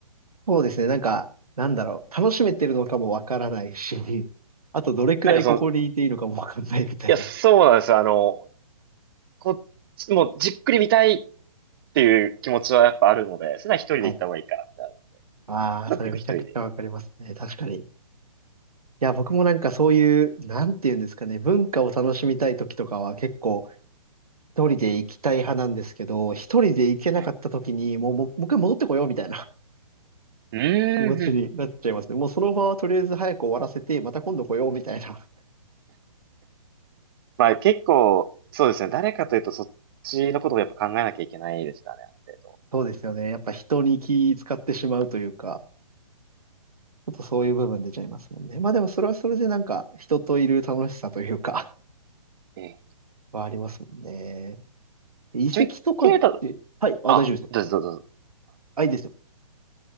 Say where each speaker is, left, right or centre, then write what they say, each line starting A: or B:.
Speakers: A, on the right; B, on the right.
A: そうですね。なんか、なんだろう。楽しめてるのかもわからないし、あとどれくらいここにいていいのかもわかんないみたいな。
B: なんかその、いや、そうなんですよ。あの、こっちもうじっくり見たいっていう気持ちはやっぱあるので、それは一人で行った方がいいかなってなる。
A: はいああ、
B: なんか結構一人で。
A: それめちゃくちゃわかりますね。確かに。いや、僕もなんかそういう、なんていうんですかね、文化を楽しみたい時とかは結構一人で行きたい派なんですけど、一人で行けなかった時に、
B: はい
A: もう、もうもう一回戻ってこようみたいな
B: うーん。
A: <laughs> 気持ちになっちゃいますね。
B: <laughs> うん
A: もうその場はとりあえず早く終わらせて、また今度来ようみたいな。<laughs>
B: まあ結構、そうですね。誰かというとそっちのことをやっぱ考えなきゃいけないですからね、ある程度。
A: そうですよね。やっぱ人に気使ってしまうというか、ちょっとそういう部分出ちゃいますもんね。まあでもそれはそれでなんか人といる楽しさというか
B: ええ。
A: <laughs>、はありますもんね。遺跡とかって、
B: ちなみに、ケイタ、
A: はい、あ、
B: あ、
A: 大丈夫ですよ。
B: どうぞどうぞ。どうぞ
A: あ、いいですよ。